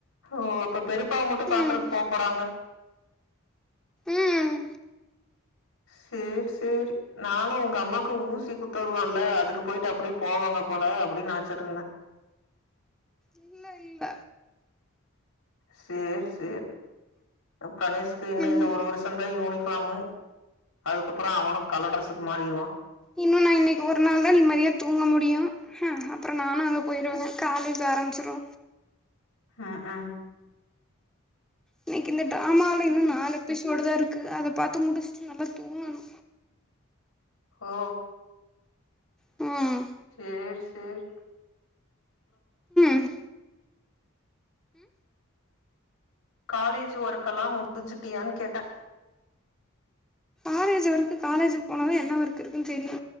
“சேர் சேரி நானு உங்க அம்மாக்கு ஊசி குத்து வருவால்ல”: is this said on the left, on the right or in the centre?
Left